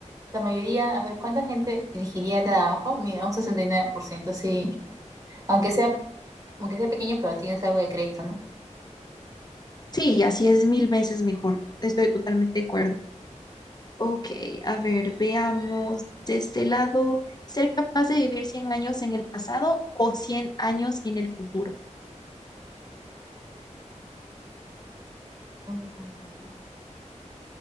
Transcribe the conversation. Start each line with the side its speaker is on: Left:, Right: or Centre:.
Right: la mayoría, a ver, ¿cuánta gente elegiría la de abajo? Mira, un 69%. sí. Aunque sea, aunque sea pequeño, pero tienes algo de crédito, ¿no?
Left: Sí, así es mil veces mejor. Estoy totalmente de acuerdo. Ok, a ver, veamos de este lado. ¿Ser capaz de vivir 100 años en el pasado o 100 años en el futuro?
Right: Mm,